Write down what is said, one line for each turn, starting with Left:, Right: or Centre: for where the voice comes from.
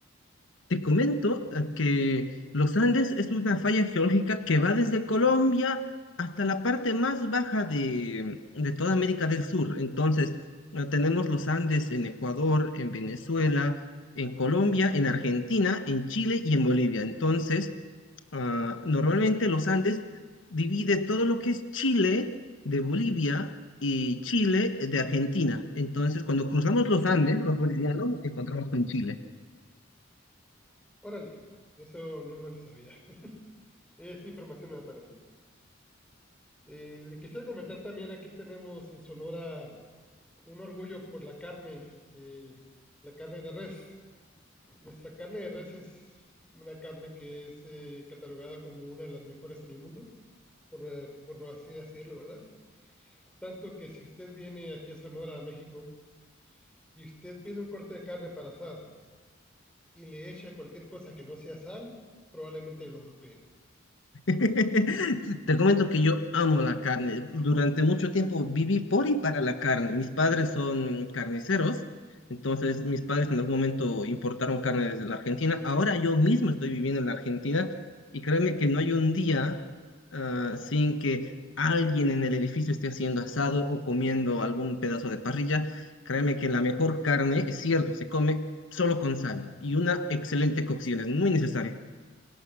Left: Te comento eh, que los Andes es una falla geológica que va desde Colombia hasta la parte más baja de, de toda América del Sur. Entonces, eh, tenemos los Andes en Ecuador, en Venezuela, en Colombia, en Argentina, en Chile y en Bolivia. Entonces, ah, normalmente los Andes divide todo lo que es Chile de Bolivia y Chile de Argentina. Entonces, cuando cruzamos los Andes, los bolivianos, nos encontramos con Chile.
Centre: Órale, eso no me lo sabía. <laughs> Es información nueva para mí. Eh, le quisiera comentar también, aquí tenemos en Sonora un orgullo por la carne, eh, la carne de res. Nuestra carne de res es una carne que es eh, catalogada como una de las mejores en el mundo, por, eh, por así decirlo, ¿verdad? Tanto que si usted viene aquí a Sonora, a México, y usted pide un corte de carne para asar y le echa cualquier cosa que no sea sal, probablemente lo golpeen.
Left: <laughs> Te comento que yo amo la carne. Durante mucho tiempo viví por y para la carne. Mis padres son carniceros, entonces mis padres en algún momento importaron carne desde la Argentina. Ahora yo mismo estoy viviendo en la Argentina y créeme que no hay un día ah, sin que alguien en el edificio esté haciendo asado o comiendo algún pedazo de parrilla. Créeme que la mejor carne, es cierto, se come solo con sal y una excelente cocción, es muy necesaria.